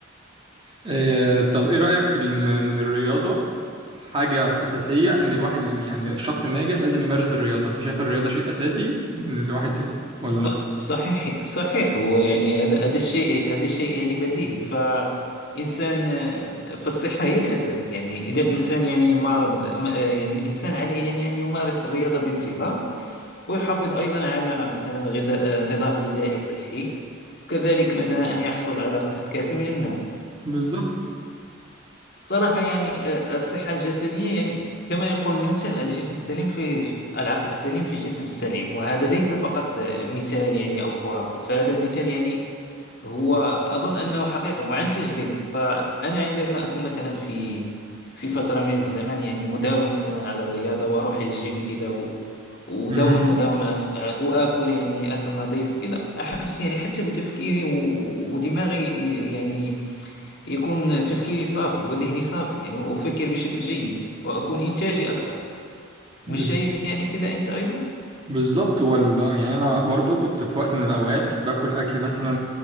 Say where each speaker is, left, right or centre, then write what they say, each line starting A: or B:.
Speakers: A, on the right; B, on the left.
A: آه، طب ايه رأيك في ال- ان الرياضة حاجة أساسية ان الواحد يعني الشخص الناجح لازم يمارس الرياضة انت شايف الرياضة شيء أساسي الواحد ولا
B: ص-
A: لا
B: صحيح صحيح هو يعني هذا هذا الشيء هذا الشيء يعني بديهي فإنسان فالصحة هي الأساس يعني إذا الإنسان يعني معرض م- يعني الإنسان عليه يعني أن يمارس الرياضة بانتظام ويحافظ أيضا على مثلا غذاء نظام غذائي صحي وكذلك مثلا أن يحصل على قسط كافي من النوم
A: بالظبط
B: صراحة يعني آه، الصحة الجسدية يعني كما يقول المثل الجسم السليم في في- العقل السليم في الجسم السليم وهذا ليس فقط آه، مثال يعني أو خرافة فهذا المثال يعني هو أظن أنه حقيقي وعن تجربة فأنا عندما أكون مثلا في في فترة من الزمن يعني مداوم مثلا على الرياضة وأروح الجيم كده و- ودوما
A: مهم.
B: مداوم على الس- آه، وآكل يعني أكل نظيف وكده أحس يعني حتى بتفكيري و- ودماغي يعني يكون تفكيري صافي وذهني صافي يعني وأفكر بشكل جيد وأكون إنتاجي أكثر مش
A: بالظبط
B: شايف يعني كذا أنت أيضا؟
A: بالظبط هو ال- يعني انا برضو كنت في وقت من الاوقات باكل اكل مثلا